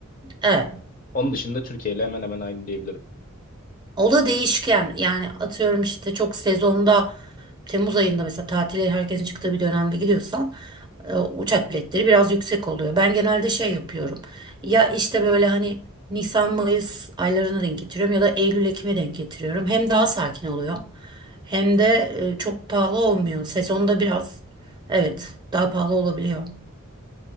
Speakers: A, on the right (about 20°); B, on the left (about 40°).
A: Evet.
B: Onun dışında Türkiye ile hemen hemen aynı diyebilirim.
A: O da değişken yani atıyorum işte çok sezonda Temmuz ayında mesela tatile herkesin çıktığı bir dönemde gidiyorsan e, uçak biletleri biraz yüksek oluyor. Ben genelde şey yapıyorum ya işte böyle hani Nisan Mayıs aylarına denk getiriyorum ya da Eylül Ekim'e denk getiriyorum. Hem daha sakin oluyor hem de e, çok pahalı olmuyor. Sezonda biraz evet daha pahalı olabiliyor.